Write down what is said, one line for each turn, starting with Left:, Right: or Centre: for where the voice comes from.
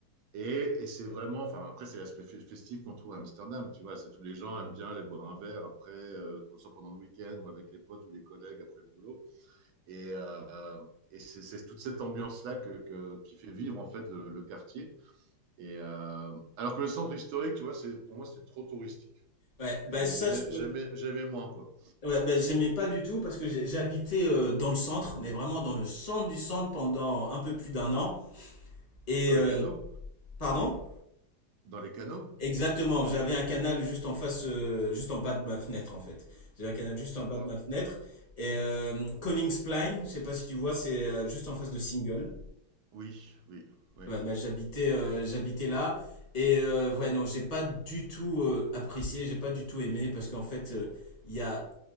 Right: Et, et c'est vraiment, enfin, après, c'est l'aspect fe- festif qu'on trouve à Amsterdam, tu vois. C'est tous les gens aiment bien aller boire un verre après, euh, pour ça pendant le week-end ou avec les potes ou les collègues après le boulot. Et, euh, et c'est toute cette ambiance-là que, que- qui fait vivre en fait le, le quartier. Et euh, alors que le centre historique, tu vois, pour moi c'était trop touristique.
Left: Ouais, bah
Right: J'aimais,
Left: ça je peux.
Right: moins quoi.
Left: Ouais, bah, j'aimais pas du tout parce que j'ai- j'habitais euh, dans le centre, mais vraiment dans le centre du centre pendant un peu plus d'un an. Et
Right: Dans les
Left: euh,
Right: canaux,
Left: pardon?
Right: dans les canaux,
Left: Exactement, j'avais un canal juste en face, euh, juste en bas de ma fenêtre en fait. J'avais un canal juste
Right: d'accord.
Left: en bas de ma fenêtre. Et euh, Koningsplein, je sais pas si tu vois, c'est euh, juste en face de Single.
Right: Oui, oui, oui.
Left: Ouais, bah, j'habitais, euh, j'habitais là. Et euh, ouais, non, j'ai pas du tout euh, apprécié, j'ai pas du tout aimé parce qu'en fait, euh, il y a